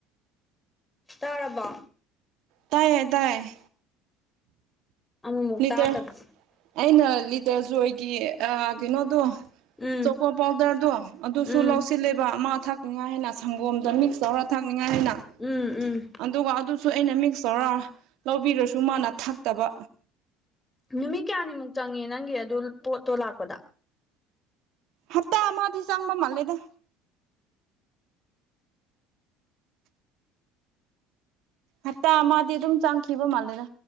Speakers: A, on the left; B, on the right.
A: ꯇꯥꯔꯕ
B: ꯇꯥꯏꯌꯦ ꯇꯥꯏꯌꯦ
A: ꯑꯃ ꯃꯨꯛ
B: ꯂꯤꯇꯔ
A: ꯇꯥꯇꯔ
B: ꯑꯩꯅ ꯂꯤꯇ ꯖꯣꯏꯒꯤ ꯀꯩꯅꯣꯗꯣ
A: ꯎꯝ
B: ꯆꯣꯀꯣ ꯄꯥꯎꯗꯔꯗꯣ ꯑꯗꯨꯁꯨ
A: ꯎꯝ
B: ꯂꯧꯁꯤ ꯆꯤꯜꯂꯦꯕ ꯑꯃ ꯊꯥꯛꯅꯤꯡꯉꯥꯏ ꯍꯥꯏꯅ ꯁꯪꯒꯣꯝꯗ ꯃꯤꯛꯁ ꯇꯧꯔ ꯊꯥꯛꯅꯤꯡꯉꯥꯏ ꯍꯥꯏꯅ
A: ꯎꯝ ꯎꯝ
B: ꯑꯗꯨꯒ ꯑꯗꯨꯁꯨ ꯑꯩꯅ ꯃꯤꯛꯁ ꯇꯧꯔ ꯂꯧꯕꯤꯔꯁꯨ ꯃꯥꯅ ꯊꯛꯇꯕ
A: ꯅꯨꯃꯤꯠ ꯀꯌꯥꯅꯤꯃꯨꯛ ꯆꯪꯉꯦ ꯅꯪꯒꯤ ꯑꯗꯨ ꯄꯣꯠꯇꯣ ꯂꯥꯛꯄꯗ
B: ꯍꯞꯇꯥ ꯑꯃꯗꯤꯗꯤ ꯆꯪꯕ ꯃꯥꯜꯂꯦꯗ ꯍꯞꯇꯥ ꯑꯃꯗꯤꯗꯤ ꯑꯗꯨꯝ ꯆꯪꯈꯤꯕ ꯃꯥꯜꯂꯦꯔ